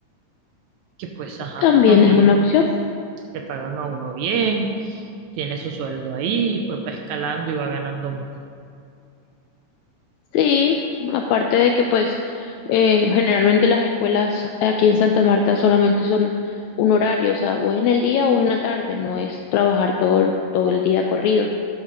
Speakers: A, on the right (about 75°); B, on the left (about 80°).
A: que pues, ajá,
B: También
A: también
B: es una opción.
A: le pagan a uno bien, tiene su sueldo ahí, y pues va escalando y va ganando más.
B: Sí, aparte de que pues eh, generalmente las escuelas aquí en Santa Marta solamente son un horario, o sea, o es en el día o es en la tarde, no es trabajar todo, el- todo el día corrido.